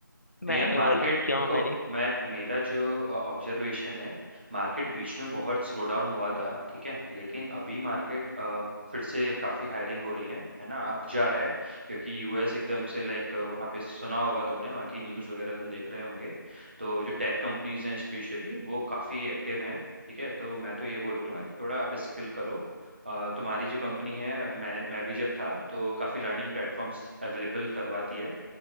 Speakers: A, on the left; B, on the right.
A: मैंने
B: नहीं यार मार्केट
A: बोला क्यों
B: देखो
A: मैंने
B: मैं मेरा जो ऑब्जर्वेशन है मार्केट बीच में बहुत स्लो डाउन हुआ था ठीक है लेकिन अभी मार्केट फिर से काफ़ी हायरिंग हो रही है है ना अप जा रहा है क्योंकि यूएस एकदम से लाइक वहाँ पे सुना होगा तुमने वहाँ की न्यूज़ वगैरह तुम देख रहे होंगे तो जो टेक कंपनीज हैं स्पेशली वो काफ़ी एक्टिव हैं ठीक है तो मैं तो ये बोलूँगा कि थोड़ा आप स्किल करो अ, तुम्हारी जो कंपनी है मैं मैं भी जब था तो काफ़ी लर्निंग प्लेटफॉर्म्स अवेलेबल करवाती है